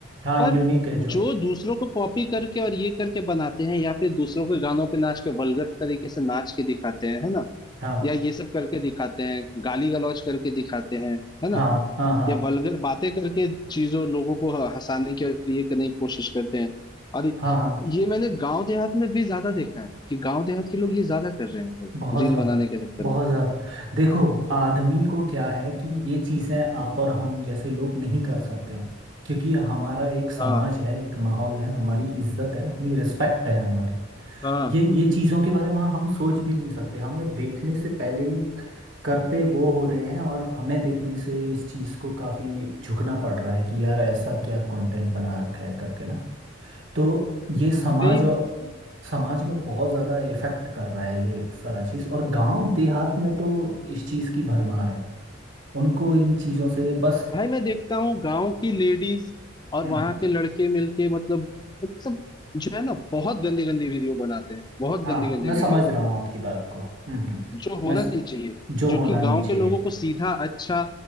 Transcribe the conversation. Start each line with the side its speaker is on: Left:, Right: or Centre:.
Right: हाँ
Left: पर
Right: यूनिक है जो
Left: जो दूसरों को कॉपी करके और ये करके बनाते हैं या फिर दूसरों के गानों पे नाच के वल्गर तरीके से नाच के दिखाते हैं है ना
Right: हाँ
Left: या ये सब करके दिखाते हैं गाली गलौज करके दिखाते हैं है ना
Right: हाँ हाँ हाँ
Left: या वल्गर बातें करके चीजों लोगों को ह- हंसाने की और ये करने की कोशिश करते हैं और
Right: हाँ हाँ
Left: ये मैंने गांव देहात में भी ज्यादा देखा है कि गांव देहात के लोग ये ज्यादा कर रहे हैं भाई
Right: बहुत
Left: रील
Right: ज़्यादा
Left: बनाने के चक्कर
Right: बहुत
Left: में
Right: ज़्यादा देखो आदमी को क्या है कि ये चीज़ें आप और हम जैसे लोग नहीं कर सकते हैं क्योंकि हमारा एक समाज
Left: हाँ
Right: है एक माहौल है हमारी इज्जत है अपनी रिस्पेक्ट है हमारी
Left: हाँ
Right: ये ये चीज़ों के बारे में हम सोच भी नहीं सकते हमें देखने से पहले ही करते वो हो रहे हैं और हमें देखने से इस चीज़ को काफ़ी झुकना पड़ रहा है कि यार ऐसा क्या कंटेंट बना रखा है करके ना तो ये समाज
Left: सही
Right: और समाज में बहुत ज्यादा इफेक्ट कर रहा है ये सारा चीज और गांव देहात में तो इस चीज की भरमार है उनको इन चीजों से बस
Left: भाई मैं देखता हूँ गांव की लेडीज और
Right: हम्म
Left: वहां के लड़के मिलके मतलब मतलब जो है ना बहुत गंदी गंदी वीडियो बनाते हैं बहुत
Right: हाँ
Left: गंदी गंदी
Right: मैं
Left: वीडियो
Right: समझ रहा हूँ आपकी बात को हम्म हम्म
Left: जो होना
Right: मैं स-
Left: नहीं चाहिए
Right: जो
Left: जो
Right: होना
Left: कि गांव
Right: नहीं चाहिए
Left: के लोगों को सीधा अच्छा